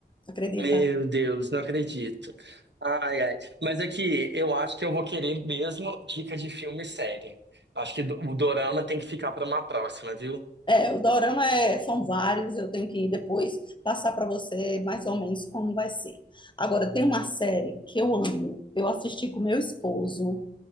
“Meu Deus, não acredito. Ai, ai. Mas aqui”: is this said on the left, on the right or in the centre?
Right